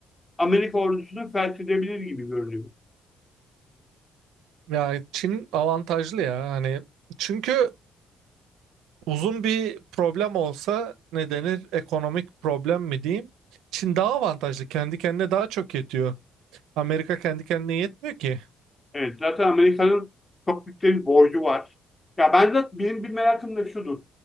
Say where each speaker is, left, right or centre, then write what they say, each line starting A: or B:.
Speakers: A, on the left; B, on the right.
A: Amerika ordusunu felç edebilir gibi görünüyor.
B: Ya Çin avantajlı ya hani çünkü uzun bir problem olsa ne denir ekonomik problem mi diyeyim Çin daha avantajlı kendi kendine daha çok yetiyor Amerika kendi kendine yetmiyor ki.
A: Evet, zaten Amerika'nın çok büyük bir borcu var. Ya ben de benim bir merakım da şudur.